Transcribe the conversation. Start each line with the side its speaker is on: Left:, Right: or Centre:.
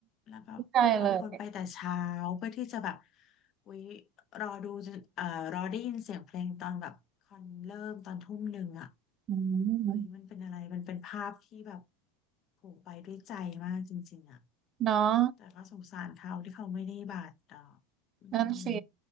Left: แล้วแบบบางคนไปแต่เช้าเพื่อที่จะแบบ
Right: เข้าใจเลย
Left: อุ๊ยรอดูจนเอ่อรอได้ยินเสียงเพลงตอนแบบคอนเริ่มตอนทุ่มหนึ่งอ่ะ
Right: อื
Left: เฮ้ยมันเป็นอะไรมันเป็นภาพที่แบบ
Right: ม
Left: โผล่ไปด้วยใจมากจริงๆอ่ะ
Right: เนาะ
Left: แต่ก็สงสารเขาที่เขาไม่ได้บาดเอ่ออืม
Right: นั่นสิ